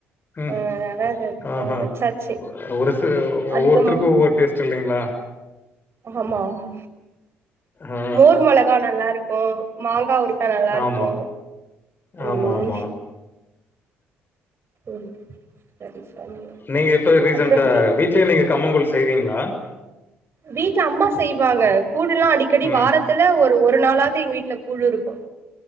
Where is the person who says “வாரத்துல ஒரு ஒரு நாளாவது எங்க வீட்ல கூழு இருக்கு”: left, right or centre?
Right